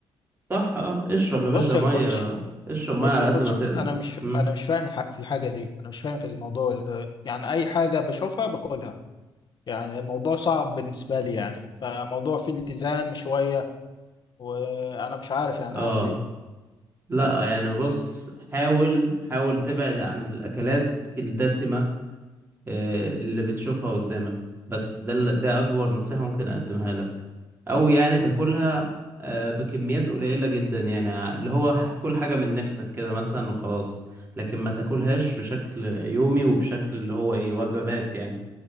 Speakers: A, on the right (about 25°); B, on the left (about 55°).
A: صح اه اشرب يا
B: بص
A: باشا مية
B: يا كوتش
A: اشرب مية
B: بص
A: على
B: يا
A: قد
B: كوتش
A: ما تقدر
B: انا مش
A: مم.
B: انا مش فاهم الح- في الحاجه دي انا مش فاهم في الموضوع ال- يعني اي حاجه بشوفها باكلها يعني الموضوع صعب بالنسبه لي يعني فموضوع فيه التزام شويه وانا مش عارف يعني
A: اه
B: اعمل ايه
A: لا يعني بص حاول حاول تبعد عن الأكلات الدسمة آه، اللي بتشوفها قدامك بس ده ال- ده أكبر نصيحة ممكن أقدمها لك أو يعني تاكلها آه، بكميات قليلة جدا يعني ع- اللي هو ح- كل حاجة من نفسك كده مثلا وخلاص لكن ما تاكلهاش بشكل يومي وبشكل اللي هو إيه وجبات يعني